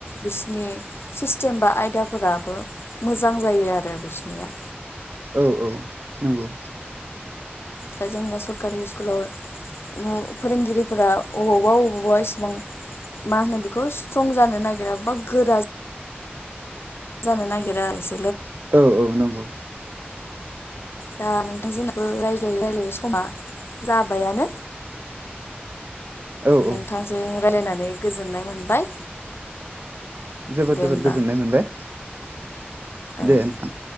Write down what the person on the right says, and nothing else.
औ औ नंगौ
<unintelligible> औ औ नंगौ
औ
औ
जोबोर
जोबोर
गोजोननाय मोनबाय दे
नोंथां